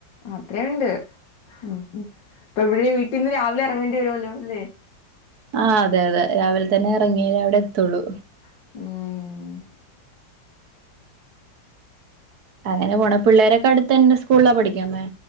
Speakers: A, on the left; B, on the right.
A: അത്രയുണ്ട് ഉം ഇപ്പ ഇവിടെ വീട്ടിന്ന് രാവിലെ എറങ്ങണ്ടി വരുമല്ലോ ല്ലേ
B: ആഹ് അതെ അതെ രാവില് തന്നെ എറങ്ങിയാലേ അവിടത്തൊള്ളൂ
A: ഉം
B: അങ്ങനെ പോണ് പിള്ളേരൊക്കെ അടുത്തന്ന സ്കൂളിലാ പഠിക്ക്ന്നേ